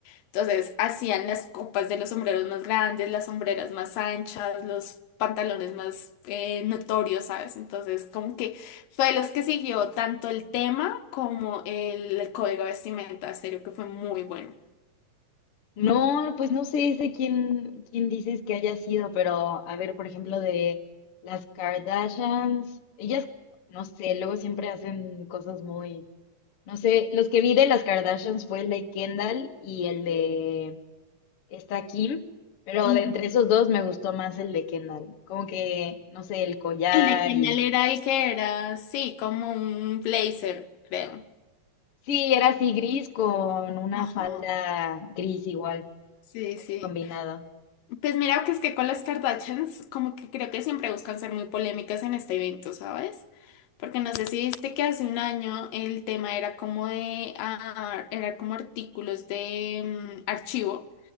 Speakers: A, on the left; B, on the left.
A: entonces hacían las copas de los sombreros más grandes, las sombreras más anchas, los pantalones más eh, notorios, ¿sabes? Entonces como que fue de los que siguió tanto el tema como el, el código de vestimenta, en serio que fue muy bueno.
B: No, pues no sé de quién, quién dices que haya sido, pero a ver, por ejemplo, de las Kardashians, ellas, no sé, luego siempre hacen cosas muy, no sé, los que vi de las Kardashians fue el de Kendall y el de esta Kim, pero
A: Ujú.
B: de entre esos dos me gustó más el de Kendall, como que, no sé, el collar
A: El de Kendall
B: y...
A: era el que era, sí, como un blazer, creo.
B: Sí, era así gris con una
A: Ajá,
B: falda gris igual,
A: sí, sí.
B: combinado.
A: Pues mira que es que con las Kardashians como que creo que siempre buscan ser muy polémicas en este evento, ¿sabes? Porque no sé si viste que hace un año el tema era como de ah, era como artículos de mm, archivo